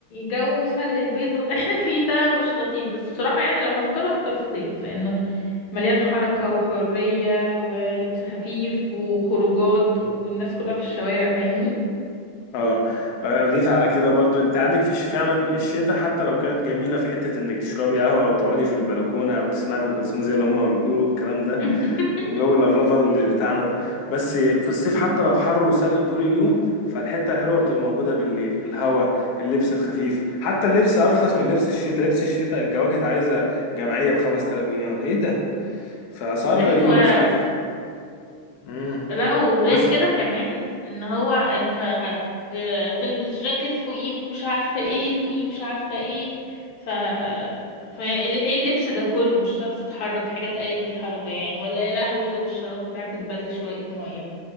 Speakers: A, on the left; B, on the left.
A: جو سلق البيض اللي احنا فيه ده مش لطيف بس بصراحة يعني لو هختار هختار الصيف لأنه مليان حركة وحرية ولبس خفيف وخروجات والناس كلها في الشوارع فاهمني
B: اه آه، اضيف على كده برضو انت عندك في الش- فعلا الشتاء حتى لو كانت جميله في حته انك تشربي قهوه او تقعدي في البلكونه او تسمعي ام كلثوم زي اللي هم بيقولوا الكلام ده
A: <laughs>
B: وجو اللفلفه اللي مش بتاعنا ده بس في الصيف
A: مم.
B: حتى لو حر وسلق طول اليوم فالحته الحلوه بتبقى موجوده بالليل الهوا اللبس الخفيف حتى اللبس ارخص من لبس الشتاء لبس الشتاء الجواكت عايزه جمعيه ب 5000 جنيه ولا ايه ده فاسعار
A: أيوة
B: غريبه بصراحه امم
A: لا وغير
B: وبس
A: كده كمان ان هو انت هتلبس جاكيت فوقيه مش عارفة ايه فوقيه مش عارفة ايه ف... ف ايه اللبس ده كله مش هتعرف تتحرك حاجة تأيد الحركة يعني ولا يا لهوي لو الشراب بتاعك اتبل شوية مية